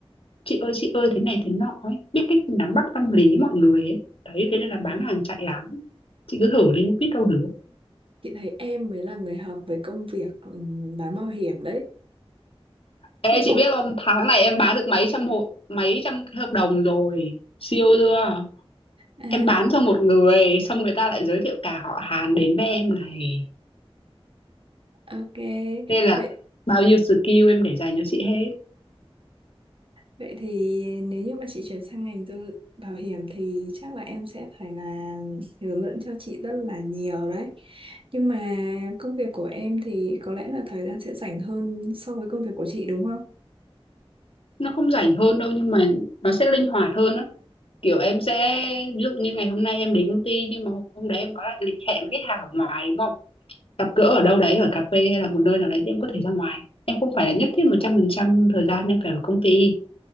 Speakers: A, on the left; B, on the right.
A: chị ơi chị ơi thế này thế nọ ấy biết cách nắm bắt tâm lý mọi người ấy đấy thế nên là bán hàng chạy lắm chị cứ thử đi biết đâu được
B: Chị thấy em mới là người hợp với công việc ừm, bán bảo hiểm đấy.
A: Ê
B: Thuyết
A: chị
B: phục.
A: biết không tháng này em bán được mấy trăm hộ mấy trăm cái hợp đồng rồi siêu chưa
B: À,
A: em bán cho một người xong người ta lại giới thiệu cả họ Hàn đến với em này
B: ok.
A: nên là
B: Vậy
A: bao nhiêu skill em để dành cho chị hết
B: Vậy thì nếu như mà chị chuyển sang ngành tư bảo hiểm thì chắc là em sẽ phải là hướng dẫn cho chị rất là nhiều đấy. Nhưng mà công việc của em thì có lẽ là thời gian sẽ rảnh hơn so với công việc của chị đúng không?
A: nó không rảnh hơn đâu nhưng mà nó sẽ linh hoạt hơn á kiểu em sẽ ví dụ như ngày hôm nay em đến công ty nhưng mà hôm đấy em có lại lịch hẹn với khách hàng ở ngoài đúng không gặp gỡ ở đâu đấy ở cà phê hay là một nơi nào đấy thì em có thể ra ngoài em không phải là nhất thiết một trăm phần trăm thời gian em phải ở công ty